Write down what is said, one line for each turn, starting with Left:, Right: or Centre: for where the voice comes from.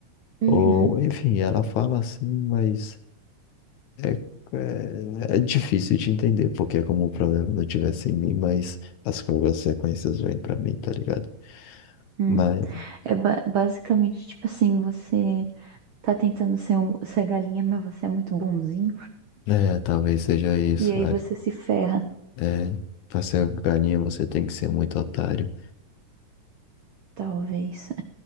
Right: Uhum.
Left: Ou, enfim, ela fala assim, mas é, é, é difícil de entender, porque é como o problema não tivesse em mim, mas as consequências vêm pra mim, tá ligado?
Right: Hum.
Left: Mas,
Right: É ba- basicamente tipo assim, você tá tentando ser, um, ser galinha, mas você é muito bonzinho.
Left: é, talvez seja isso,
Right: E aí
Left: sabe?
Right: você se ferra,
Left: É, pra ser galinha você tem que ser muito otário.
Right: talvez. <laughs>